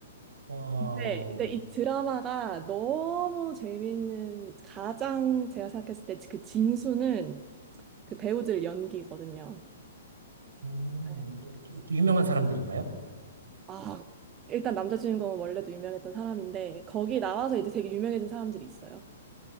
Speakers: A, on the right; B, on the right.
A: 와우.
B: 네, 근데 이 드라마가 너무 재미있는 가장 제가 생각했을 때 그 진수는 그 배우들 연기거든요.
A: 음,
B: 네, 그래서
A: 유명한 사람들인가요?
B: 아, 일단 남자 주인공은 원래도 유명했던 사람인데 거기 나와서 이제 되게 유명해진 사람들이 있어요.